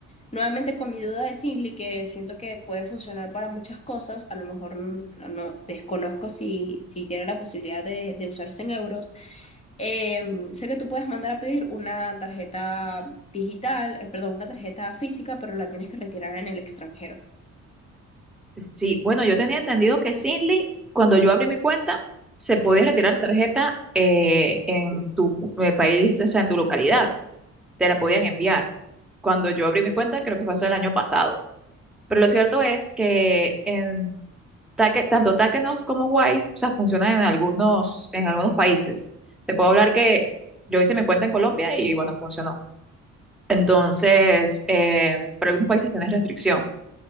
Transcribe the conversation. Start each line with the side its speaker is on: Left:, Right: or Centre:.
Left: nuevamente con mi duda de Simply, que siento que puede funcionar para muchas cosas, a lo mejor n- no, no- desconozco si, si tiene la posibilidad de, de usarse en euros. Eh, sé que tú puedes mandar a pedir una tarjeta digital, eh, perdón, una tarjeta física, pero la tienes que retirar en el extranjero.
Centre: Sí, bueno, yo tenía entendido que Sinly, cuando yo abrí mi cuenta, se podía retirar la tarjeta eh, en tu eh, país, o sea, en tu localidad. Te la podían enviar. Cuando yo abrí mi cuenta, creo que fue eso el año pasado. Pero lo cierto es que en Take- tanto Takenos como Wise, o sea, funcionan en algunos, en algunos países. Te puedo hablar que yo hice mi cuenta en Colombia y bueno, funcionó. Entonces, eh, para algunos países tienen restricción.